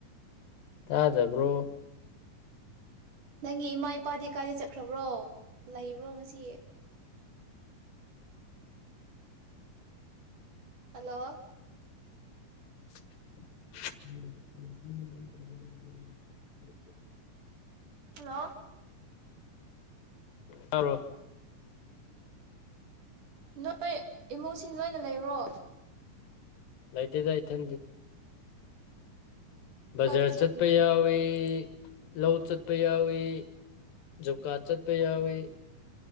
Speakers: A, on the left; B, on the right.
A: ꯇꯥꯗꯕ꯭ꯔꯣ
B: ꯅꯪꯒꯤ ꯏꯃꯥ ꯏꯄꯥꯗꯤ ꯀꯥꯏꯗ ꯆꯠꯈ꯭ꯔꯕ꯭ꯔꯣ ꯂꯩꯕ꯭ꯔꯣ ꯉꯁꯤ ꯍꯜꯂꯣ
A: ꯎꯝ
B: ꯍꯜꯂꯣ
A: ꯇꯔꯣ
B: ꯅꯣꯏ ꯏꯃꯨꯡꯁꯤꯡ ꯂꯣꯏꯅ ꯂꯩꯔꯣ
A: ꯂꯥꯏꯇꯗꯥꯏ ꯊ
B: ꯀꯥꯏꯗ
A: ꯖꯔ
B: ꯆꯠꯂꯤ
A: ꯆꯠꯄꯩ ꯌꯥ ꯑꯣꯏꯣꯏ ꯂꯧ ꯆꯠꯄ ꯌꯥꯎꯏ ꯖꯨꯀꯥ ꯆꯠꯄ ꯌꯥꯎꯏ